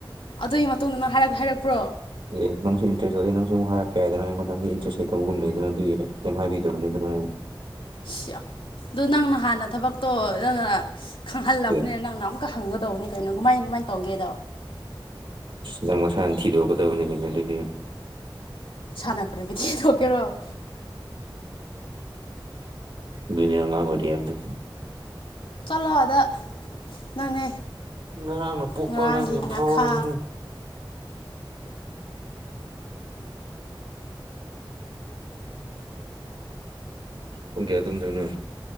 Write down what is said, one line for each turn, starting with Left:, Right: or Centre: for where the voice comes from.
Left: ꯑꯗꯨꯒꯤ ꯃꯇꯨꯡꯗ ꯅꯪꯔ ꯍꯥꯏꯔꯛꯄ꯭ꯔꯣ
Right: ꯑꯦ ꯅꯪꯁꯨ ꯏꯟꯇꯔꯦꯁ ꯑꯣꯏꯔꯦ ꯅꯪꯁꯨ ꯑꯃꯨꯛ ꯍꯥꯏꯔꯛꯄ ꯌꯥꯗꯅꯣꯣꯟ ꯅꯪꯗꯤ ꯏꯟꯇꯔꯦꯁ ꯍꯩꯇꯧꯕꯒꯨꯝ ꯂꯩꯗꯅ ꯑꯗꯨꯒꯤ ꯀꯩꯝ ꯍꯥꯏꯕꯤꯗꯅꯤ ꯑꯗꯨꯅ <inaudible> <unintelligible>
Left: ꯁꯤꯌꯥ ꯑꯗꯣ ꯅꯪꯅ ꯍꯥꯟꯅ ꯊꯕꯛꯇꯣ ꯅꯅ ꯈꯪꯍꯜꯂꯛꯄꯅꯤꯅ
Right: ꯑꯩ꯫
Left: ꯅꯪꯅ ꯑꯃꯨꯛꯀ ꯍꯪꯒꯗꯧꯕꯅꯤ ꯀꯩꯅꯣ ꯀꯃꯥꯏ ꯀꯃꯥꯏꯅ ꯇꯧꯒꯦꯗꯣ
Right: ꯅꯪ ꯃꯁꯥꯅ ꯊꯤꯗꯣꯛꯀꯗꯕꯅꯤ ꯀꯩꯅ ꯑꯗꯨꯗꯤ
Left: ꯁꯅ ꯀꯔꯦꯒ ꯊꯀꯦꯔꯣ
Right: ꯕꯤꯅꯔ ꯑꯣꯏ ꯍꯥꯏꯗ
Left: ꯆꯂꯣ ꯑꯗ ꯅꯪꯅꯦ
Right: ꯉꯔꯥꯡꯅ ꯄꯣꯛꯄꯒꯅꯤ
Left: ꯉꯔꯥꯡꯒꯤ ꯉꯥꯈꯥ
Right: ꯊꯋꯥꯅꯤꯗꯤ ꯄꯨꯡ ꯀꯌꯥ ꯑꯗꯨꯝꯗꯣꯏꯅꯣ